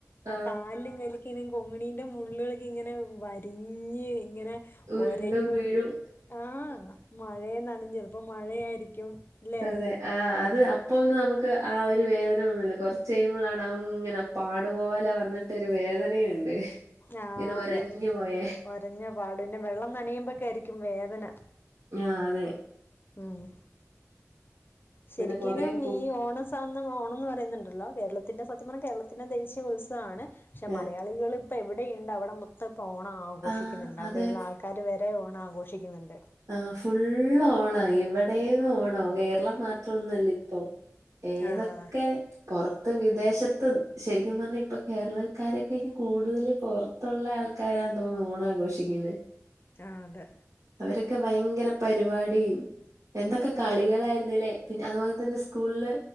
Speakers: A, on the right (about 85°); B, on the left (about 40°).
A: ആ
B: കാലിലും കൈലുംക്കേ കൊങ്ങിണീന്റെ മുള്ളെള് ഇങ്ങനെ വരിഞ്ഞ് ഇങ്ങനെ
A: ഉരുണ്ടും
B: ഒരയും
A: വീഴും
B: ആ മഴയെ ന്നനഞ്ഞ് ചെൽപ്പോ മഴയായിരിക്കും ല്ലേ
A: അതെ ആ അത് അപ്പൊ ഒന്നും നമ്മക്ക് ആ ഒരു വേദന ഒന്നുല്ല കൊറച്ച് കയ്യ്മ്പോളാണ് അഹ് ഇങ്ങനെ പാടുപോലെ വന്നിട്ടൊരു വേദനയുണ്ട്
B: ആ
A: ഇങ്ങനെ
B: അതെ
A: ഒരഞ്ഞു പോയേ
B: ഒരഞ്ഞ പാട് പിന്നെ വെള്ളം നനയുമ്പക്കായിരിക്കും വേദന
A: ആ അതെ
B: ഉം
A: ഇങ്ങനെ
B: ശരിക്കിനും
A: കുറെ പൂ
B: ഈ ഓണ സ ഓണംന്ന് പറയ്ന്ന്ണ്ടല്ലോ കേരളത്തിന്റെ സത്യ പറഞ്ഞ കേരളത്തിന്റെ ദേശീയത്സവമാണ് പക്ഷേ
A: ഏ,
B: മല മലയാളികൾ ഇപ്പോ എവിടെയ്ണ്ട് അവടെ മൊത്തം ഇപ്പോ ഓണം ആഘോഷിക്കുന്നുണ്ട്
A: ആ അതെ
B: അവിടെയ്ള്ള ആൾക്കാര് വരെ ഓണം ആഘോ ക്ഷിക്ക്ന്ന്ണ്ട്
A: ആഹ് ഫുളള് ഓണായി ഇവിടെ ഓണാ കേരളം മാത്രം ഒന്നും അല്ലിപ്പൊ ഏതൊക്കെ
B: ആഹ്
A: പൊറത്ത് വിദേശത്ത് ശരിക്കുപറഞ്ഞാ ഇപ്പൊ കേരളക്കാരൊക്കാന് കൂടുതല് പൊറ ത്തുള്ള ആൾക്കാരാതോന്നുന്നു ഓണം ആഘോഷിക്ക്ന്നേ
B: ആഹ് അതെ
A: അവരൊക്കെ ഭയങ്കര പരിപാടീം എന്തൊക്കെ കളികളായിരുന്നില്ലേ പിന്നെ അതുപോൽതന്നെ സ്കൂളിൽ